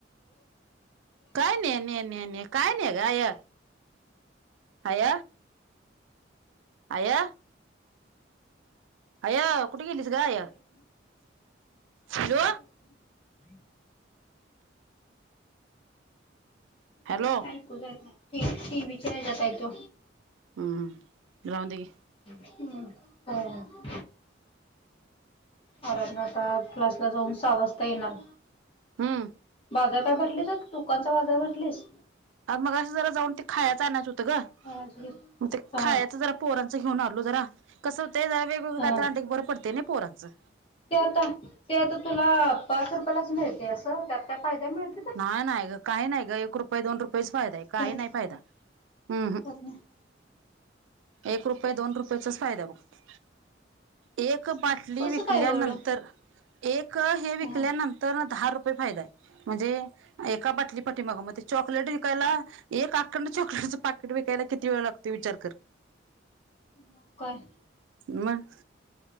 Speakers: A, on the right (about 80°); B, on the left (about 30°).
A: काय ने ने ने ने ने काय ने ग आय? आय, आय? आय, कुठे गेलीस
B: ऐकू
A: ग आय?
B: जायत नाही ऐकू
A: हॅलो?
B: <inaudible>
A: हॅलो
B: नाही ऐकू जात नाही, टी व्हीच्या ह्याच्यात आहे त्यो.
A: हम्म, राहुंदे घे.
B: हम्म, हो. आराध्या आता क्लासला जाऊन सहा वाजता येणार.
A: हम्म
B: बाजार काय भरलेस, दुकानचा बाजार भरलीस?
A: मग असं जरा जाऊन ते खायचं आणायचं होतं ग,
B: राजगीर
A: मग ते
B: हा
A: खायच जरा पोरचं घेऊन आलो जरा, कसं होतंय वेगळ
B: हा
A: काही तर आणलं की बरं पडतंय नी पोरांचं.
B: ते आता, ते आता तुला पाच रुपयालाच मिळतय असं, त्यात काय फायदा मिळत नाही?
A: नाय, नाय ग, काही नाही ग एक रुपये, दोन रुपयेच फायदा आहे काही
B: त्यात
A: नाही फायदा हं.
B: त्यात नाही
A: एक रुपये, दोन रुपयाचाच फायदा आहे बघ. एक बाटली
B: कसं
A: विकल्यानंतर,
B: काय एवढं
A: एक हे
B: हम्म.
A: विकल्यानंतर न दहा फायदा हाय, म्हणजे एका बाटली पाठीमाग मग ते चॉकलेट विकायला, एक आकंड चॉकलेटचं पाकेट विकायला किती वेळ लागतो विचार कर?
B: मग काय?
A: मग?